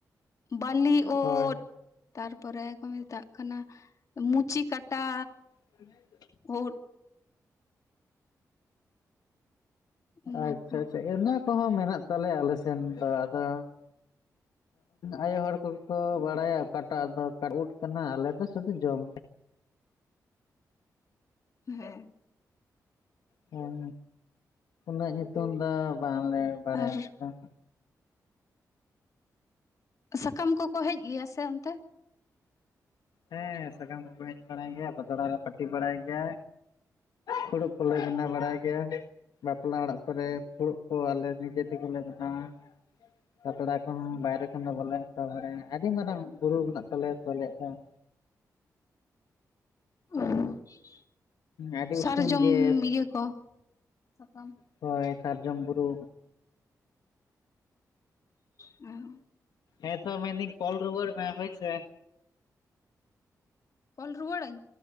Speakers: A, on the left; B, on the left.
A: ᱵᱟᱞᱤ ᱳᱫᱼᱼ
B: ᱦᱳᱭ
A: ᱛᱟᱨᱯᱚᱨᱮ ᱠᱚ ᱢᱮᱛᱟᱜ ᱠᱟᱱᱟ ᱢᱩᱪᱤ ᱠᱟᱴᱟ᱾
B: <inaudible>
A: ᱳᱫ᱾ ᱚᱱᱟ
B: ᱟᱪᱪᱷᱟ
A: ᱠᱚ
B: ᱟᱪᱪᱷᱟ ᱼᱼ ᱠᱚᱦᱚᱸ ᱢᱮᱱᱟᱜ ᱛᱟᱞᱮᱭᱟ ᱟᱞᱮ ᱥᱮᱱ ᱫᱚ ᱟᱫᱚᱼᱼ ᱟᱭᱳ ᱦᱚᱲ ᱠᱚᱜᱮ ᱠᱚ ᱵᱟᱲᱟᱭᱟ ᱚᱠᱟᱴᱟᱜ ᱫᱚ ᱚᱠᱟ ᱳᱫ ᱠᱟᱱᱟ ᱟᱞᱮ ᱫᱚ ᱥᱩᱫᱷᱩ ᱡᱚᱢᱼᱼ
A: ᱦᱮᱸ᱾
B: ᱦᱮᱸ ᱩᱱᱟᱹᱜ ᱧᱩᱛᱩᱢ ᱫᱚ ᱵᱟᱝᱞᱮ ᱵᱟᱲᱟᱭᱟ
A: ᱟᱨ
B: ᱟᱞᱮ ᱫᱚ᱾
A: ᱥᱟᱠᱟᱢ ᱠᱚᱠᱚ ᱦᱮᱡ ᱜᱮᱭᱟ ᱥᱮ ᱚᱱᱛᱮ?
B: ᱦᱮᱸ ᱥᱟᱠᱟᱢ ᱠᱚᱠᱚ ᱦᱮᱡ ᱵᱟᱲᱟᱭ ᱜᱮᱭᱟ ᱯᱟᱛᱲᱟ ᱞᱮ ᱯᱟᱹᱴᱤ ᱵᱟᱲᱟᱭ ᱜᱮᱭᱟ᱾ ᱯᱷᱩᱲᱩᱜ ᱠᱚᱞᱮ ᱵᱮᱱᱟᱣ ᱵᱟᱲᱟᱭ ᱜᱮᱭᱟ᱾ ᱵᱟᱯᱞᱟ ᱚᱲᱟᱜ ᱠᱚᱨᱮ ᱯᱷᱩᱲᱩᱜ ᱠᱚ ᱟᱞᱮ ᱱᱤᱡᱮ ᱛᱮᱜᱮ ᱞᱮ ᱵᱮᱱᱟᱣᱟ᱾ ᱯᱟᱛᱲᱟ ᱠᱚᱦᱚᱸ ᱵᱟᱭᱨᱮ ᱠᱷᱚᱱ ᱫᱚ ᱵᱚᱞᱮ ᱦᱟᱛᱟᱣ ᱵᱟᱲᱟᱭᱟ ᱟᱹᱰᱤ ᱢᱟᱨᱟᱝ ᱵᱩᱨᱩ ᱢᱮᱱᱟᱜ ᱛᱟᱞᱮᱭᱟ ᱛᱚ ᱟᱞᱮᱭᱟᱜ ᱫᱚᱼᱼ <inaudible>
A: <unintelligible>
B: ᱟᱹᱰᱤ
A: ᱥᱟᱨᱡᱚᱢ
B: ᱩᱥᱩᱞ ᱜᱮ
A: ᱤᱭᱟᱹ ᱠᱚ ᱥᱟᱠᱟᱢ
B: ᱦᱳᱭ ᱥᱟᱨᱡᱚᱢ ᱵᱩᱨᱩ᱾
A: ᱦᱩᱸ᱾
B: ᱦᱮᱸ ᱛᱚ ᱢᱮᱱ ᱫᱤᱧ ᱠᱚᱞ ᱨᱩᱣᱟᱹᱲ ᱢᱮ ᱦᱳᱭ ᱥᱮ᱾
A: ᱠᱚᱞ ᱨᱩᱣᱟᱹᱲᱟᱹᱧ?